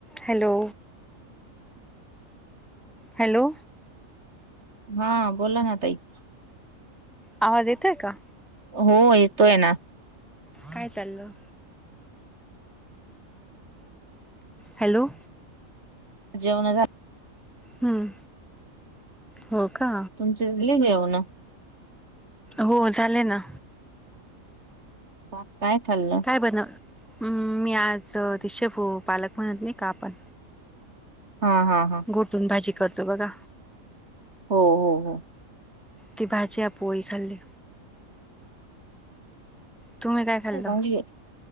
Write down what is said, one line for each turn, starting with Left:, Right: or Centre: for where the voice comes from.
Centre: Hello hello
Right: हां बोला ना ताई.
Centre: आवाज येतोय का?
Right: हो येतोय ना.
Centre: काय चालल? हॅलो
Right: जेवणं झा
Centre: हं, हो का.
Right: शिजली जेवणं
Centre: हो झालय ना.
Right: आज काय खाल्लं?
Centre: काय बन, मी आज ती शेपू पालक म्हणत नाही का आपण
Right: हा हा हा
Centre: घोटून भाजी करतो बघा
Right: हो हो हो
Centre: ती भाजी या पोळी खाल्ली. तुम्ही काय खाल्ल?
Right: चांगली आहे.